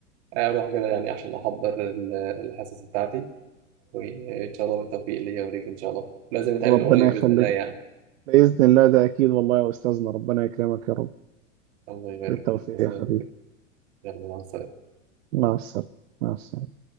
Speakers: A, on the right (about 55°); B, on the right (about 75°).
A: آه، أروح كده يعني عشان أحضر ال- الحصص بتاعتي وإن شاء الله بالتوفيق ليا وليك إن شاء الله لازم نتقابل
B: ربنا
A: قريب
B: يخليك
A: بإذن الله يعني
B: بإذن الله ده أكيد والله يا أستاذنا ربنا يكرمك يا رب
A: الله يبارك
B: بالتوفيق
A: فيك تسلم
B: يا حبيبي
A: يا كبير. يلا مع السلامة
B: مع السلامة مع السلامة